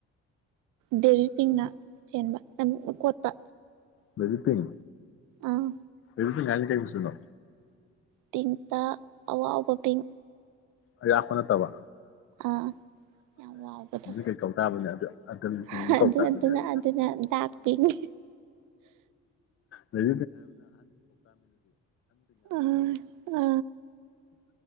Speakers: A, on the right; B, on the left.
A: ꯕꯦꯕꯤ ꯄꯤꯡꯅ ꯐꯦꯟꯕ ꯨꯎꯪ ꯀꯣꯠꯄ
B: ꯕꯦꯕꯤ ꯄꯤꯡ
A: ꯑꯥ
B: ꯕꯦꯕꯤ ꯄꯤꯡ ꯍꯥꯏꯖꯦ ꯀꯩ ꯝꯆꯨꯅꯣ
A: ꯄꯤꯡ ꯇ ꯑꯋꯥꯎꯕ ꯄꯤꯡ
B: ꯑꯌꯥꯛꯄ ꯅꯇꯕ
A: ꯑꯥ ꯌꯥꯝ ꯋꯥꯎꯕꯗꯣ
B: ꯀꯩ ꯀꯧ ꯇꯥꯕꯅꯦ ꯑꯗꯨ ꯑꯇꯜ
A: ꯍꯥ
B: ꯄꯤꯡ
A: ꯑꯗꯨꯅ
B: ꯀꯧ ꯇꯥꯕꯅꯦ
A: ꯑꯗꯨꯅ ꯑꯗꯨꯅ ꯗꯥꯛꯄꯤꯅꯤ
B: ꯂꯩ
A: ꯑ ꯑ